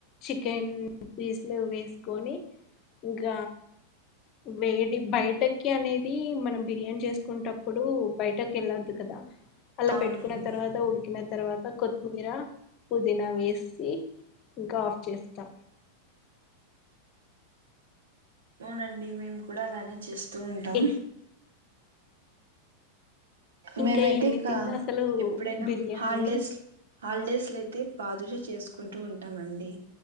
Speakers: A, on the left; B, on the right.
A: చికెన్ పీస్లు వేసుకొని ఉగ వేడి బయటకి అనేది మనం బిర్యానీ చేసుకుంటప్పుడు బయటకి వెళ్ళద్దు కద అలా
B: అవునండి
A: పెట్టుకున్న తర్వాత ఉడికిన తర్వాత కొత్తిమీర పుదీన వేసి ఇంకా ఆఫ్ చేస్తాం
B: అవునండి మేము కూడ అలానే చేస్తూ ఉంటాం
A: ఇ- ఇంకా
B: మేమైతే
A: ఎన్ని
B: ఇక
A: తిన్నా అసలు
B: ఎప్పుడైన
A: బిర్యానీ
B: హాలిడేస్ హాలిడేస్ల అయితే బాదుషా చేసుకుంటూ ఉంటామండి